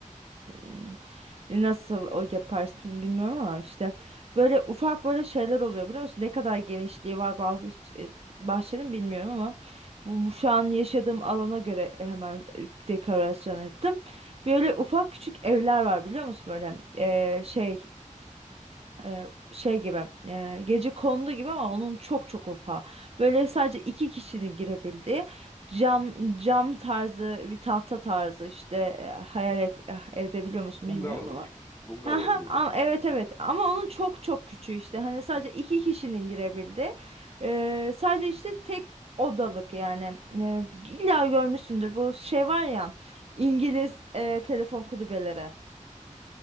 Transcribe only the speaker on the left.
Hı.
Bungalov
gibi. Bungalov
gibi.